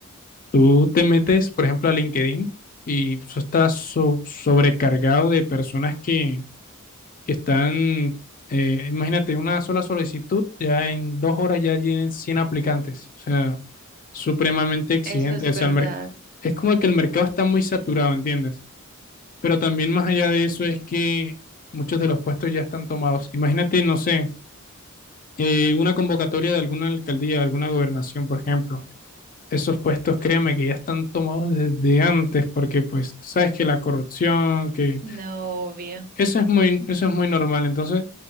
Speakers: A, on the left; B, on the right.
A: Tú te metes, por ejemplo, a LinkedIn y eso está so- sobrecargado de personas que, que están, eh, imagínate, una sola solicitud, ya en dos horas ya tienen 100 aplicantes. O sea, supremamente exigente.
B: eso es
A: O sea,
B: verdad,
A: el mer- es como que el mercado está muy saturado, ¿entiendes? Pero también más allá de eso es que muchos de los puestos ya están tomados. Imagínate, no sé, eh, una convocatoria de alguna alcaldía, de alguna gobernación, por ejemplo esos puestos, créeme que ya están tomados desde antes, porque pues tú sabes que la corrupción, que
B: no obvio.
A: eso es muy, eso es muy normal. Entonces,